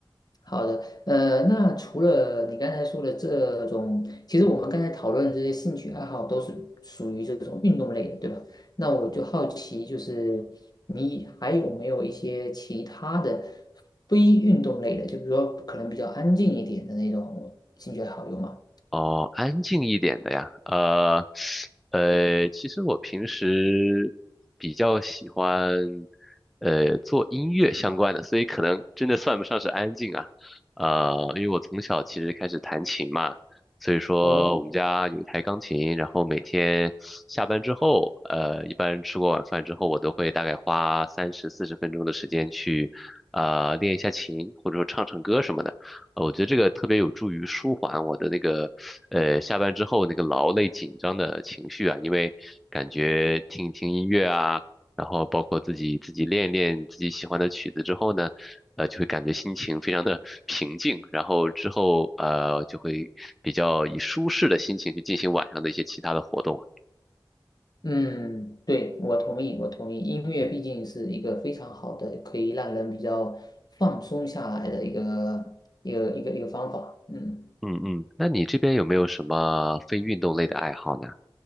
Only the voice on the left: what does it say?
好的。呃，那除了你刚才说的这种，其实我们刚才讨论的这些兴趣爱好都是属于这种运动类的，对吧？那我就好奇，就是你还有没有一些其他的非运动类的，就比如说可能比较安静一点的那种兴趣爱好，有吗？
哦。
嗯，对，我同意，我同意。音乐毕竟是一个非常好的，可以让人比较放松下来的一个一个一个一个方法。嗯，